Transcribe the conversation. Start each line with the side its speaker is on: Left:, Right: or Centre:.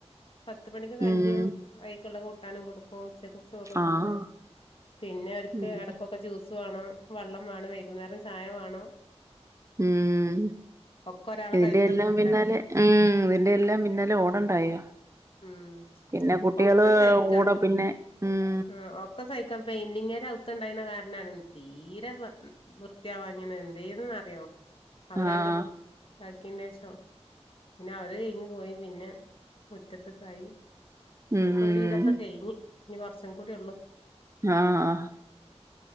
Left: പത്ത് മണിക്ക് കഞ്ഞിയും
Right: ഉം
Left: അയ്ക്കുള്ള കൂട്ടാനും കൊടുക്കും ഉച്ചക്ക് ചോറൊടുക്കും
Right: ആഹ്
Left: പിന്നെ അവര്ക്ക്
Right: ഉം
Left: എടക്കൊക്കെ ജ്യൂസ് വേണം, വെള്ളം വേണം, വൈകുന്നേരം ചായ വേണം
Right: ഉം
Left: ഒക്കെ ഒരാളെ
Right: ഇതിന്റെയെല്ലാം
Left: കൈമത്തണ്ടേ
Right: പിന്നാലെ ഉം ഇതിന്റെയെല്ലാം പിന്നാലെ ഓടണ്ടായോ
Left: ഉം
Right: പിന്നെ കുട്ടികള്
Left: ഒക്കെ സഹിക്കാ
Right: കൂടെ പിന്നെ ഉം
Left: ആഹ് ഒക്കെ സഹിക്കാ പെയിന്റിങ്ങേര് അകത്തുണ്ടായിന്ന കാരനാണ് തീരെ വൃത്തിയാവാഞ്ഞത് എന്തേന്നറിയോ? അവരാങ്ങട്
Right: ആഹ്
Left: ഇതാക്കിന്റെ ശേഷം പിന്നെ അവര് കഴിഞ്ഞ് പോയി പിന്നെ മുറ്റത്ത്ക്കായി
Right: ഉം
Left: ഇപ്പൊരു വിതൊക്കെ കഴിഞ്ഞ് ഇനി കുറച്ചും കൂടി ഒള്ളൂ
Right: ആഹ് ആഹ്